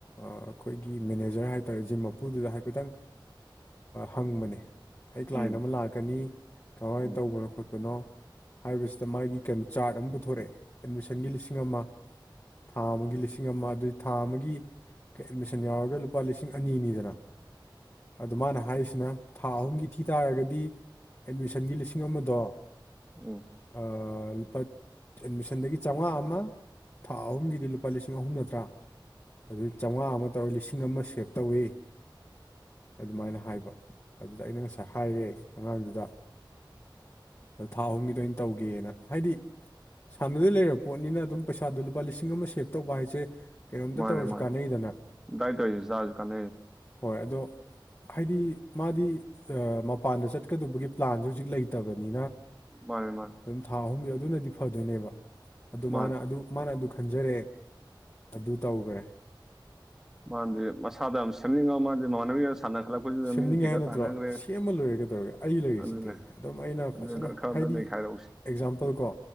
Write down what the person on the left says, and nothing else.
ꯑꯩꯈꯣꯏꯒꯤ ꯃꯦꯅꯦꯖꯔ ꯍꯥꯏꯇꯥꯔꯦ ꯖꯤꯝ ꯎꯄꯨꯗꯨꯗ ꯍꯥꯏꯐꯦꯠꯇꯪ ꯍꯪꯕꯅꯦ ꯑꯩ ꯀ꯭ꯂꯥꯏꯟ
ꯑꯃ ꯂꯥꯛꯀꯅꯤ ꯀꯃꯥꯏꯅ
ꯇꯧꯕꯅꯣ ꯈꯣꯠꯄꯅꯣ ꯍꯥꯏꯕꯁꯤꯗ ꯃꯥꯒꯤ ꯀꯩꯅꯣ ꯆꯥꯔꯠ ꯑꯃ ꯄꯨꯊꯣꯔꯛꯑꯦ ꯑꯦꯠꯃꯤꯁꯟꯒꯤ ꯂꯤꯁꯤꯡ ꯑꯃ ꯊꯥ ꯑꯃꯒꯤ ꯂꯤꯁꯤꯡ ꯑꯃ ꯑꯗꯨꯏ ꯊꯥ ꯑꯃꯒꯤ ꯑꯦꯗꯃꯤꯁꯟ ꯌꯥꯎꯔꯒ ꯂꯨꯄꯥ ꯂꯤꯁꯤꯡ ꯑꯅꯤꯅꯤꯗꯅ ꯑ ꯃꯥꯅ ꯍꯥꯏꯔꯤꯁꯤ ꯑꯁꯤꯅ ꯊꯥ ꯑꯍꯨꯝꯒꯤ ꯊꯤ ꯇꯥꯔꯒꯗꯤ ꯑꯦꯠꯃꯤꯁꯟꯒꯤ ꯂꯤꯁꯤꯡ ꯑꯃꯗꯣ
ꯑꯥ ꯂꯨꯄꯥ ꯑꯦꯠꯃꯤꯁꯟꯗꯒꯤ ꯆꯥꯝꯃꯉꯥ ꯑꯃ ꯊꯥ ꯑꯍꯨꯝꯒꯤꯗꯤ ꯂꯨꯄꯥ ꯂꯤꯁꯤꯡ ꯑꯍꯨꯝ ꯅꯠꯇ꯭ꯔꯥ ꯑꯗꯨ ꯆꯥꯝꯃꯉꯥ ꯑꯃ ꯇꯧꯔ ꯂꯤꯁꯤꯡ ꯑꯃ ꯁꯦꯞ ꯇꯧꯋꯤ ꯑꯗꯨꯃꯥꯏꯅ ꯍꯥꯏꯕ ꯑꯗꯨꯗ ꯑꯩꯅ ꯉꯁꯥꯏ ꯍꯥꯏꯔꯦ ꯑꯉꯥꯡꯗꯨꯗ ꯊꯥ ꯑꯍꯨꯝꯒꯤꯗ ꯑꯣꯏꯅ ꯇꯧꯒꯦꯅ ꯍꯥꯏꯗꯤ ꯁꯥꯟꯅꯗꯣꯏ ꯂꯩꯔꯕ ꯄꯣꯠꯅꯤꯅ ꯑꯗꯨꯝ ꯄꯩꯁꯥꯗꯣ ꯂꯨꯄꯥ ꯂꯤꯁꯤꯡ ꯑꯃ ꯁꯦꯞ ꯇꯧꯕ ꯍꯥꯏꯁꯦ ꯀꯩꯅꯣꯝꯇ
ꯇꯧꯔꯁꯨ
ꯀꯥꯟꯅꯩꯗꯅ
ꯍꯣꯏ ꯑꯗꯣ ꯍꯥꯏꯗꯤ ꯃꯥꯗꯤ ꯃꯄꯥꯟꯗ ꯆꯠꯀꯗꯕꯒꯤ ꯄ꯭ꯂꯥꯟꯁꯦ ꯍꯧꯖꯤꯛ ꯂꯩꯇꯕꯅꯤ
ꯑꯗꯨꯝ ꯊꯥ ꯑꯍꯨꯝꯒꯤ ꯑꯗꯨꯅꯗꯤ ꯐꯗꯣꯏꯅꯦꯕ ꯑꯗꯨꯅꯅ
ꯈꯟꯖꯔꯑꯦ ꯑꯗꯨ ꯇꯧꯈꯔꯦ
ꯁꯦꯝꯅꯤꯡꯉꯦ
ꯍꯥꯏ ꯅꯠꯇ꯭ꯔꯣ
ꯁꯦꯝꯃ ꯂꯣꯏꯔꯒ ꯇꯧꯔꯒ ꯑꯩ ꯂꯩꯔꯤꯁꯤꯗꯤ
ꯑꯗꯨꯝ ꯑꯩꯅ
ꯐꯖꯅ
ꯍꯥꯏꯗꯤ
ꯑꯦꯛꯖꯥꯝꯄꯜ ꯀꯣ